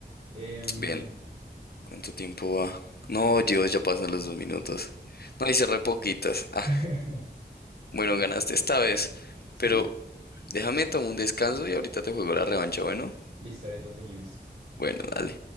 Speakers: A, on the right; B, on the left.
A: Em,
B: Bien. ¿Cuánto tiempo va? No, Dios, ya pasan los dos minutos. No, hice re poquitas. Ah,
A: <laughs>
B: bueno, ganaste esta vez.
A: sí.
B: Pero déjame tomar un descanso y ahorita te juego la revancha, ¿bueno?
A: Listo, ahorita seguimos.
B: Bueno, dale.